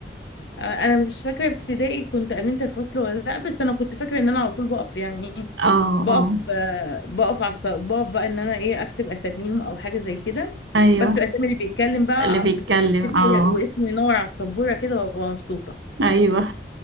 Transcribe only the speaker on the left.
أنا مش فاكرة ابتدائي كنت أمينة الفصل ولا لأ بس أنا كنت فاكرة إن أنا على طول بقف يعني إيه
بقف
آه، بقف على الص- بقف بقى إن أنا إيه أكتب أساميهم أو حاجة زي كده
بكتب أسامي اللي بيتكلم بقى
ع- بالطباشير كده
واسمه ينور على السبورة كده وأبقى مبسوطة